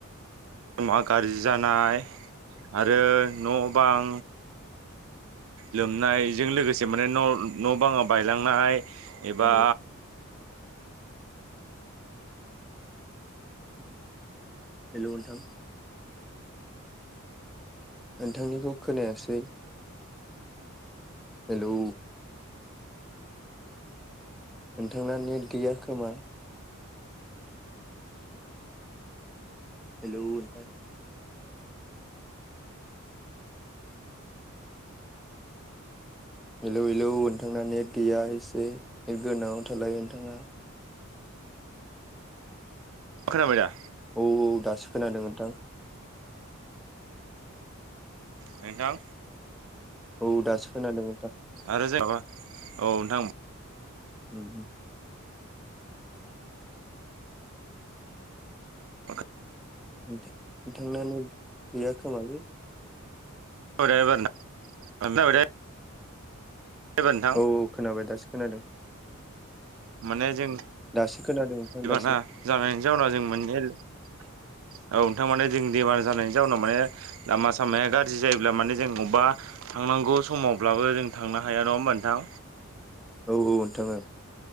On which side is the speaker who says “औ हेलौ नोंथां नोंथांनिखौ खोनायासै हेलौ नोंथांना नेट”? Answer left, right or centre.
Centre